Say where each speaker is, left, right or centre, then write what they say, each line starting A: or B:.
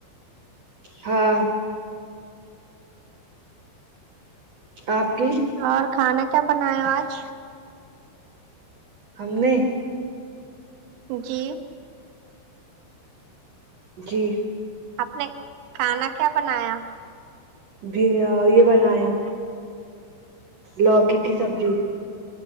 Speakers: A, on the right (about 50°); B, on the right (about 80°).
A: ہاں آپ کی
B: اور کھانا کیا بنائے ہو آج
A: ہم نے
B: جی
A: جی
B: آپ نے کھانا کیا بنایا
A: بھریا یہ بنایا لوکی کی سبزی